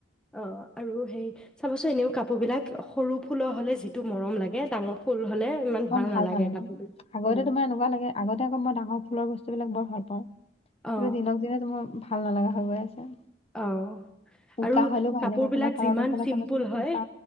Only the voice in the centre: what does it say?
অহ, আৰু হেৰী চাবচোন এনেও কাপোৰ বিলাক সৰু ফুলৰ হ'লে যিটো মৰম লাগে ডাঙৰ ফুল হ'লে ইমান
নালাগে
কাপোৰবিলাক
উম
অ
অ'-
আৰু
কাপোৰবিলাক
যিমান
চিম্পোল
হয়